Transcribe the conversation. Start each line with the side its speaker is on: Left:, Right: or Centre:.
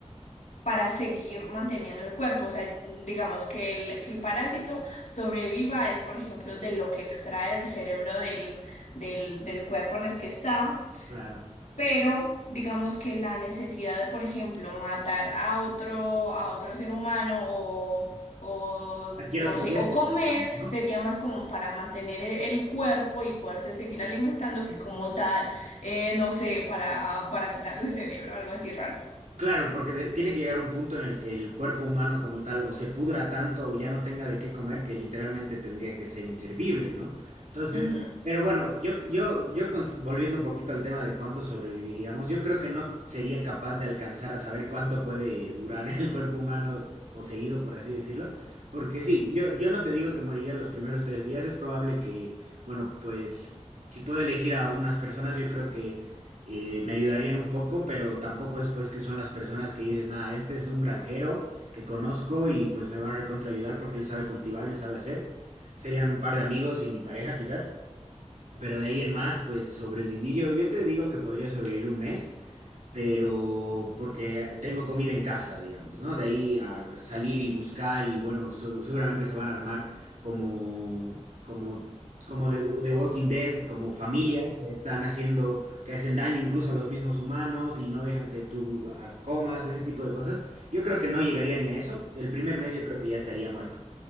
Left: para seguir manteniendo el cuerpo. O sea, digamos que el, que el parásito sobreviva es, por ejemplo, de lo que extrae del cerebro del, del, del cuerpo en el que está
Right: claro.
Left: pero digamos que la necesidad de, por ejemplo, matar a otro, a otro ser humano o, o
Right: Cualquier
Left: no
Right: otro
Left: sé,
Right: huésped,
Left: o comer
Right: digamos, ¿no?
Left: sería más como para mantener e- el cuerpo y poderse seguir alimentando que como tal, eh, no sé, para, para quitarle el cerebro, algo así raro.
Right: Claro, porque de- tiene que llegar un punto en el que el cuerpo humano como tal o se pudra tanto o ya no tenga de qué comer que literalmente tendría que ser inservible, ¿no? Entonces,
Left: Ujú.
Right: pero bueno, yo, yo, yo cons- volviendo un poquito al tema de cuánto sobreviviríamos, yo creo que no sería capaz de alcanzar a saber cuánto puede durar <laughs> el cuerpo humano poseído, por así decirlo, porque sí, yo, yo no te digo que moriría los primeros tres días, es probable que, bueno, pues si puedo elegir a unas personas, yo creo que eh, me ayudarían un poco, pero tampoco después que son las personas que dices, nada, este es un granjero que conozco y pues me va a recontra ayudar porque él sabe cultivar, él sabe hacer. Serían un par de amigos y mi pareja quizás, pero de ahí en más, pues sobrevivir, yo, yo te digo que podría sobrevivir un mes pero porque tengo comida en casa, digamos, ¿no? De ahí a salir y buscar y bueno, se- seguramente se van a armar como, como, como de, de Walking Dead, como familias que están haciendo, que hacen daño incluso a los mismos humanos y no dejan que tú ah, comas o ese tipo de cosas. Yo creo que no llegaría ni a eso. El primer mes yo creo que ya estaría muerto.